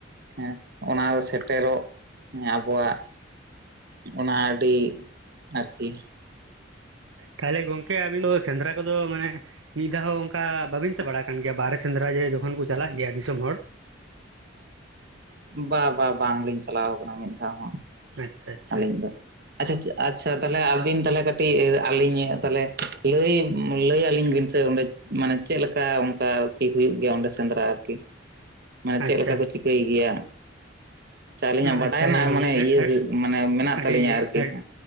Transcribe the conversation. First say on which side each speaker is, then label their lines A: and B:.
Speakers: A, on the right; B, on the right.
A: ᱦᱮᱸ ᱚᱱᱟ ᱥᱮᱴᱮᱨᱚᱜ ᱟᱵᱚᱣᱟᱜ ᱚᱱᱟ ᱟᱹᱰᱤ ᱟᱨᱠᱤ
B: ᱛᱟᱦᱚᱞᱮ ᱜᱚᱝᱠᱮ ᱟᱵᱤᱱ ᱫᱚ ᱥᱮᱸᱫᱽᱨᱟ ᱠᱚᱫᱚ ᱢᱟᱱᱮ ᱢᱤᱫ ᱫᱷᱟᱣ ᱦᱚᱸ ᱚᱱᱠᱟ ᱵᱟᱹᱵᱤᱱ ᱪᱟ ᱵᱟᱲᱟ ᱠᱟᱱ ᱜᱮᱭᱟ ᱵᱟᱨᱦᱮ ᱥᱮᱸᱫᱽᱨᱟ ᱡᱮ ᱡᱚᱠᱷᱚᱱ ᱠᱚ ᱪᱟᱞᱟᱜ ᱜᱮᱭᱟ ᱫᱤᱥᱚᱢ ᱦᱚᱲ
A: ᱵᱟ ᱵᱟ ᱵᱟᱝᱞᱤᱧ ᱪᱟᱞᱟᱣ ᱠᱟᱱᱟ ᱢᱤᱫ ᱫᱷᱟᱣ ᱦᱚᱸ
B: ᱟᱪᱪᱷᱟ ᱟᱪᱪᱷᱟ
A: ᱟᱹᱞᱤᱧ ᱫᱚ ᱟᱪᱪᱷᱟ ᱟᱪᱪᱷᱟ ᱛᱟᱦᱞᱮ ᱟᱵᱤᱱ ᱛᱟᱦᱞᱮ ᱠᱟᱹᱴᱤᱡ ᱟᱹᱞᱤᱧ ᱛᱟᱦᱞᱮ ᱞᱟᱹᱭ ᱞᱟᱹᱭ ᱟᱹᱞᱤᱧ ᱵᱤᱱ ᱥᱮ ᱚᱸᱰᱮ ᱢᱟᱱᱮ ᱪᱮᱫᱞᱮᱠᱟ ᱚᱱᱠᱟ ᱟᱨᱠᱤ ᱦᱩᱭᱩᱜ ᱜᱮᱭᱟ ᱚᱸᱰᱮ ᱥᱮᱸᱫᱽᱨᱟ ᱟᱨᱠᱤ ᱢᱟᱱᱮ ᱪᱮᱫ
B: ᱟᱪᱪᱷᱟ
A: ᱞᱮᱠᱟ ᱠᱚ ᱪᱤᱠᱟᱹᱭ ᱜᱮᱭᱟ ᱟᱪᱪᱷᱟ ᱟᱹᱞᱤᱧᱟᱜ ᱵᱟᱰᱟᱭ
B: ᱟᱪᱪᱷᱟ
A: ᱨᱮᱱᱟᱜ
B: ᱦᱮᱸ ᱜᱚᱝᱠᱮ
A: ᱢᱟᱱᱮ ᱤᱭᱟᱹ ᱦᱩᱭᱩᱜ ᱢᱟᱱᱮ ᱢᱮᱱᱟᱜ ᱛᱟ
B: ᱟᱹᱰᱤ
A: ᱞᱤᱧᱟᱹ ᱟᱨᱠᱤ ᱦᱮᱸ